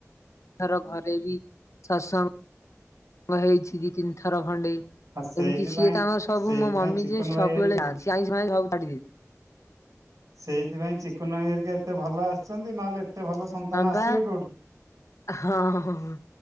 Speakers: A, on the left; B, on the right.
A: <unintelligible> ଥର ଘରେ ବି ସତସଙ୍ଗ ହେଇଛି ଦି ତିନିଥର ଖଣ୍ଡେ।
B: ଆଉ ସେଇଥିପାଇଁ
A: ଏମିତି ସିଏ ତ ଆମର ସବୁ
B: ସେଇଥିପାଇଁ
A: ମୋ ମମି
B: ଚିକୁନ
A: ଯିଏ ସବୁବେଳେ
B: ଭାଇ ହେରିକା
A: ଯାଆନ୍ତି। ଆଇଁଷ ପାଇଁଷ ସବୁ ଛାଡିଦେଇଚି।
B: ସେଇଥିପାଇଁ ଚକୁନ ଭାଇ ହେରିକା ଏତେ ଭଲ ଆସିଛନ୍ତି ନହେଲେ ଏତେ ଭଲ ସନ୍ତାନ ଆସିବେ
A: ବା
B: କେଉଁଠୁ।
A: ହଁ, ହଁ